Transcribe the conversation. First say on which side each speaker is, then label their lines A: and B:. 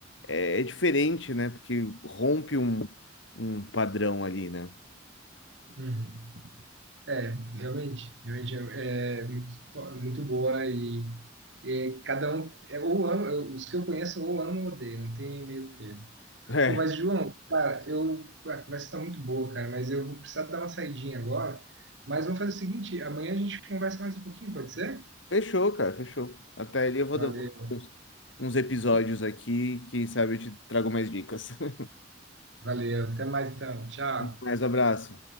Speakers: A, on the left; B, on the right.
A: é, é diferente, né? Porque rompe um, um padrão ali, né?
B: Uhum. É, realmente, realmente é, é muito, to- muito boa e, e cada um, é, ou ama, os que eu conheço ou amo ou odeio, não tem meio termo.
A: É,
B: Pô, mas João, cara, eu, a conversa tá muito boa, cara, mas eu vou precisar dar uma saidinha agora. Mas vamos fazer o seguinte, amanhã a gente conversa mais um pouquinho, pode ser?
A: fechou, cara, fechou. Até ali eu vou
B: Valeu,
A: dar vou dar uns, uns episódios aqui, quem sabe eu te trago mais dicas. <laughs>
B: valeu, até mais então, tchau.
A: Mais abraço.